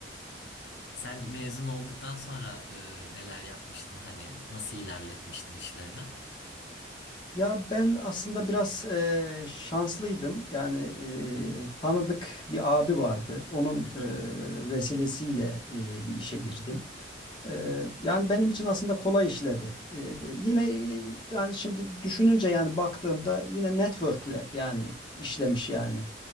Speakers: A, on the left; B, on the left.
A: Sen mezun olduktan sonra e, neler yapmıştın hani nasıl ilerletmiştin işlerini?
B: Ya ben aslında biraz eee, şanslıydım. Yani eee, tanıdık bir abi vardı. Onun
A: Aha,
B: eee, vesilesiyle eee, bir işe girdim. Eee, yani benim için aslında kolay işledi. Eee, yine eee, yani şimdi düşününce yani baktığımda yine network'le yani işlemiş yani.